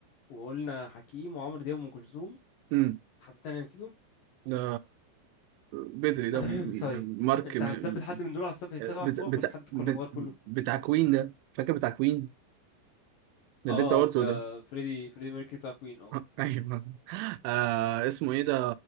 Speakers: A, on the left; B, on the right.
A: وقلنا حكيم وعمرو دياب وأم كلثوم
B: امم
A: حد تاني نسيته
B: ده بدري ده
A: <clears throat> طيب
B: مارك
A: انت
B: م-
A: هتثبت حد من دول على السبعة السبعة
B: بت...
A: بتوعك
B: بت...
A: ولا في حد
B: بت...
A: ولا تغير كله
B: بتاع كوين ده فاكر بتاع كوين اللي
A: اه
B: انت قلته
A: في
B: ده
A: آه، فريدي فريدي ميركوري بتاع كوين اه
B: <laughs> ايوه آه اسمه ايه ده